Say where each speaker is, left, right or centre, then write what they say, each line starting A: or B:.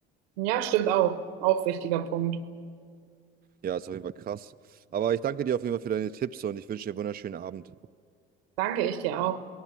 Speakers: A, on the right; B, on the right.
A: Ja, stimmt auch. Auch wichtiger Punkt.
B: Ja, ist auf jeden Fall krass. Aber ich danke dir auf jeden Fall für deine Tipps und ich wünsche dir einen wunderschönen Abend.
A: Danke ich dir auch.